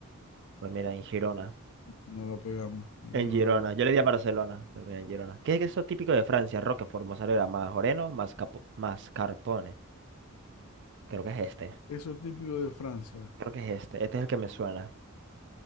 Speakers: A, on the right (about 55°); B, on the left (about 85°).
A: Pues mira, en Girona.
B: No la pegamos. Ninguno
A: En Girona.
B: de las dos.
A: Yo le di a Barcelona. Pero mira, en Girona. ¿Qué es eso típico de Francia? Roquefort, mozzarella, majoreno, mascapo- mascarpone. Creo que es este.
B: Eso típico de Francia.
A: Creo que es este. Este es el que me suena.